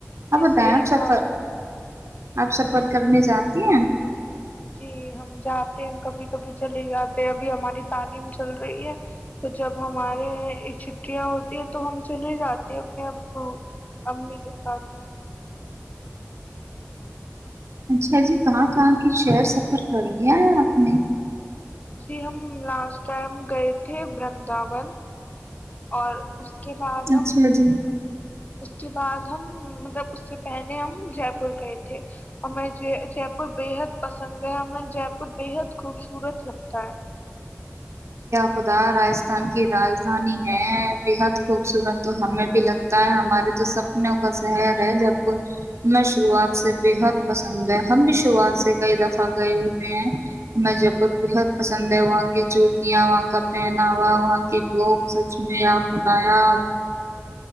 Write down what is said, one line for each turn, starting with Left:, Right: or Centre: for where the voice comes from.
Left: جی
Right: اب
Left: صحیح
Right: ڈم سفر
Left: کہا
Right: آپ سفر کرنے جاتی ہیں
Left: جی ہم جاتے ہیں کبھی کبھی چلے جاتے ہیں ابھی ہماری تعلیم چل رہی ہے تو جب ہمارے چھٹیاں ہوتی ہے تو ہم چلے جاتے ہیں اپنے ابو امی کے ساتھ میں
Right: اچھا جی کہاں کہاں کی شہر سفر کر لیا ہے آپ نے
Left: جی ہم لاسٹ ٹائم گئے تھے برنداون اور اس کے بعد ہم
Right: اچھا جی
Left: اس کے بعد ہم مطلب اس سے پہلے ہم جے پور گئے تھے اور ہمیں جے جے پور بےحد پسند ہےیں جے پور بےحد خوبصورت لگتا ہے
Right: خدا راجستھان کی راجدھانی ہے بےحد خوبصورت تو ہمیں بھی لگتا ہے ہمارے تو سپنوں کا شہر ہے جے پور ہمیں شروعات سے بےحد پسند ہے ہم بھی شروعات سے کئی دفعہ گئے ہوئے ہیں ہمیں جے پور بےحد پسند ہے وہاں کے جو یا وہاں کا پہناوا وہاں کے لوگ سچ میں آ بنایا